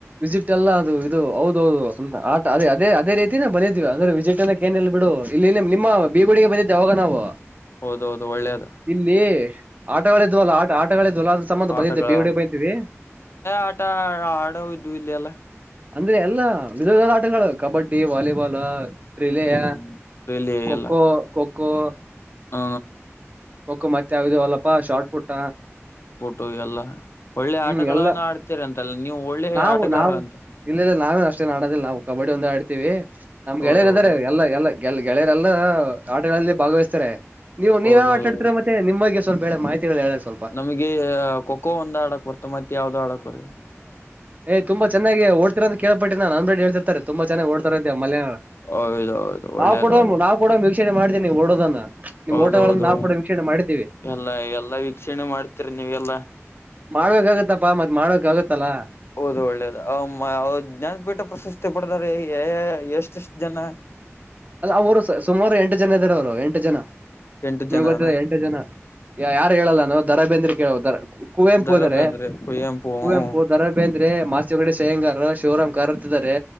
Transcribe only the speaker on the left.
ಹೌದ ಹೌದು ಒಳ್ಳೇದು
ಆಟಗಳ
ಆಟ ಆಡೋು ಇಲ್ಲಿ ಎಲ್ಲ
ಹ್ಮ್ ರಿಲಿ
ಎಲ್ಲ
ಹ
ಟು ಎಲ್ಲಾ ಒಳ್ಳೆ
ಆಟಗಳನ್ನು
ಆಡ್ತಾರೆ ಅಂತ ಒಳ್ಳೆ
ಆಟಗಾರರ
ಅಂತೆ
ಹೌದು ಒಳ್ಳೆ
ಹೌದೌದು
ನಮ್ಗೆ ಖೋಖೋ ಒಂದ್ ಆಡಕ್ ಬರ್ತ ಮತ್ತೆ ಯಾವ್ದೋ ಆಡಕ್ರ್
ಹೌದೌದು ಒಳ್ಳೇದು
ಒಳ್ಳೇದು
ಹೌದೌದು
ಎಲ್ಲಾ ಎಲ್ಲಾ ವೀಕ್ಷಣೆ ಮಾಡ್ತೀರಿ ನೀವ ಎಲ್ಲಾ
ಹೌದು ಒಳ್ಳೇದು ಜ್ಞಾನಪೀಠ ಪ್ರಶಸ್ತಿ ಪಡ ಅರೆ ಎಷ್ಟ ಎಷ್ಟು ಜನ
ಎಂಟು
ಜನನ
ದರ
ಬೇಂದ್ರೆ ಕುವೆಂಪು ಹ್ಮ್